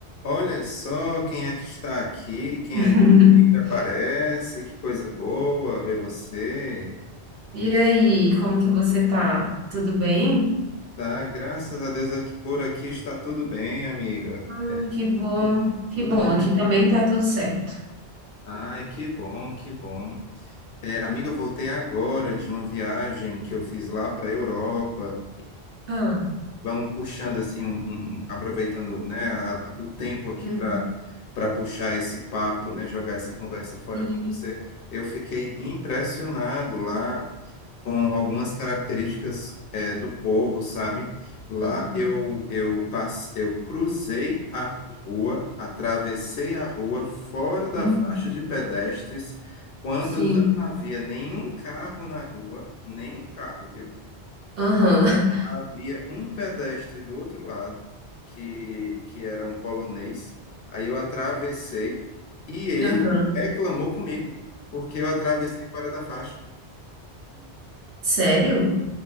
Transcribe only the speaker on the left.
Olha só quem é que está aqui, quem
é vivo sempre aparece, que coisa boa ver você.
Tá, graças a Deus aqui, por aqui está tudo bem, amiga.
Tudo,
tudo
de
vento
em pouco.
Ai, que bom, que bom. É, amiga, eu voltei agora de uma viagem que eu fiz lá para a Europa
Vamos puxando assim, um- um- aproveitando, né, a- a- o tempo aqui
para para puxar esse papo, né, jogar essa conversa fora
com você. Eu fiquei impressionado lá com algumas características eh, do povo, sabe? Lá
eu eu passe, eu cruzei a rua, atravessei a rua fora da
faixa de pedestres, quando
não havia nenhum carro na rua, nenhum carro, viu?
Havia um pedestre do outro lado, que, que era um polonês. Aí eu atravessei e ele
reclamou comigo, porque eu atravessei fora da faixa.